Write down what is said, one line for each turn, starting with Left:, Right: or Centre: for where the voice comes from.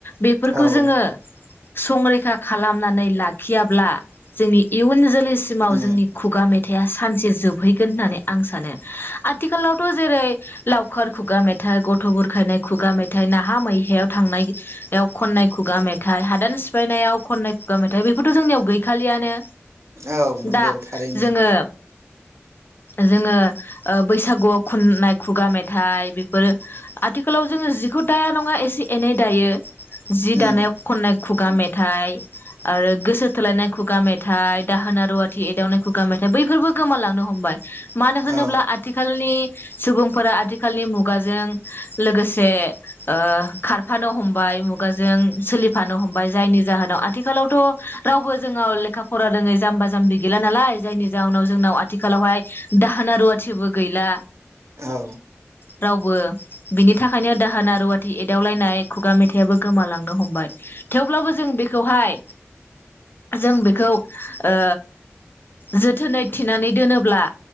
Left: बेफोरखौ
Right: औ
Left: जोङो संरैखा खालामनानै लाखियाब्ला जोंनि इयुन जोलै सिमाव
Right: उम
Left: जोंनि खुगा मे थाइया सानसे जोबहैगोन होननानै आं सानो आथिखालावथ' जेरै लावखार खुगा मेथाइ गथ' बुर खायनाय खुगा मेथाइ, नाहा मैहायाव थांनायाव खननाय खुगा मेथाइ, हादान सिफायनायाव खननाय खुगा मेथाइ बेफोरथ' जोंनियाव गैखालियानो।
Right: औ नंगौ
Left: दा
Right: थारैनो
Left: जोङो जोङो ओ बैसागुआव खननाय खुगा मेथाइ बेफोरो आथिखालाव जोङो जिखौ दाया नङा एसे एनै दायो जि
Right: उम
Left: दानायाव खननाय खुगा मेथाइ आरो गोसो थोलायनाय खुगा मेथाइ दाहोना -रुवाथि एदावनाय खुगा मेथाइ बै <unintelligible> गोमालांनो हमबाय। मानो होनोब्ला
Right: औ
Left: आथिखालनि सुबुंफोरा आथिखालनि मुगाजों लोगोसे ओ खारफानो हमबाय। मुगाजों सोलिफानो हमबाय जायनि जाहोनाव आथिखालावथ' रावबो जोंङो लेखा फरा रोङै जाम्बा जाम्बि गैला नालाय। जायनि जाहोनाव जोंनाव आथिखालावहाय दाहोना रुवाथिबो गैला।
Right: औ।
Left: रावबो बिनि थाखायनो दाहोना रुवाथि एदावलायनाय खुगा मेथाइयाबो गोमालांनो हमबाय। थेवब्लाबो जों बेखौहाय जों बेखौ ओ जोथोनै थिनानै दोनोब्ला